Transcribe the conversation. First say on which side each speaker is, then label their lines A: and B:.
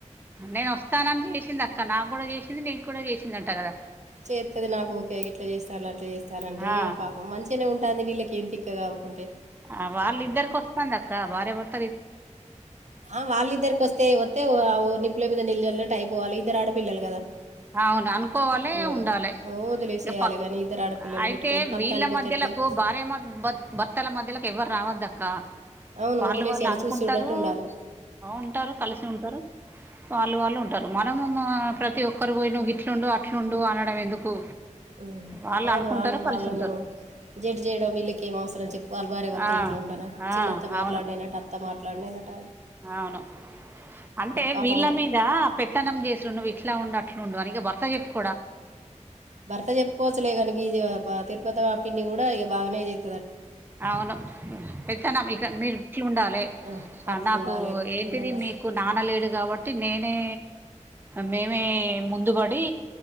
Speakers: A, on the right; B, on the right.
A: నేను వస్తానని చేసింది అక్క నాకు కూడా చేసింది. నీకు కూడా చేసిందంట కదా
B: చేత్తది నాకు ఊకే ఇట్లా చేస్తది. అట్లా చేస్తానంటే
A: ఆ
B: ఇక పాపం మంచిగానే ఉంటుంది వీళ్ళకి ఏం తిక్క కాకుంటే.
A: ఆహ్ వాళ్ళి ఇద్దరికి వస్తాంది అక్క భార్యాభర్త.
B: ఆహ్ వాళ్ళద్దరికి వస్తే వస్తతేవు నిప్పుల మీద నీళ్లు చల్లినట్టు. ఒకటైపోవాలి ఇద్దరు ఆడపిల్లలు కదా.
A: అవును అనుకోవాలి
B: కూడా
A: ఉండాలి
B: వదిలేసేయాలి
A: ఇక పక్
B: కానీ ఇద్దరు ఆడపిల్లలు
A: అయితే
B: పెట్టుకొని పంతానికి
A: వీళ్ళ
B: పోతే
A: మధ్య.
B: ఎట్లా
A: భార్యాభర్తలకు భార్య మ భర్తల మధ్యలకు ఎవరు రావద్దాక్క.
B: అవును
A: వాళ్ళు
B: వదిలేసేయాలి
A: వాళ్ళు అనుకుంటారు
B: చూసి చూడంటూ ఉండాలి
A: ఉంటారు కలిసి ఉంటారు. వాళ్ళు వాళ్ళు ఉంటారు మనము ప్రతి ఒక్కరు నువ్వు ఇట్లుండు అట్లుండు అనడం ఎందుకు.
B: ఉమ్
A: వాళ్ళు
B: కాదు
A: అనుకుంటారు
B: ఆమె వాలోలు.
A: కలిసి ఉంటారు
B: జడ్జ్ చేయడం వీళ్ళకేం అవసరం చెప్పు వాళ్ళు భార్యాభర్తలు
A: ఆ
B: ఇట్లా ఉండాలే
A: ఆ
B: చిన్నత్త మాట్లాడినట్టు
A: అవును
B: అత్త మాట్లాడి. లండేనట.
A: అవును అంటే
B: పాపం
A: వీళ్ళ మీద పెత్తనం చేసిండు నువ్వు ఇట్లా ఉండు అట్లా. నువ్వు ఉండు అని ఇగ భర్త చెప్పు.
B: భర్త చెప్పుకోవచ్చలే కానీ ఈ తిరుపతి వా పిన్ని కూడా ఇక బాగానే చెప్పు.
A: అవును పెత్తనం ఇక మీరు ఇట్లు ఉండాలి.
B: ఆ,
A: ఆహ్
B: అట్లా
A: నాకు
B: ఉండాలి
A: ఏంటిది
B: ఈయన బా-
A: మీకు నాన్నలేడు కాబట్టి. టి నేనే మేమే ముందుబడి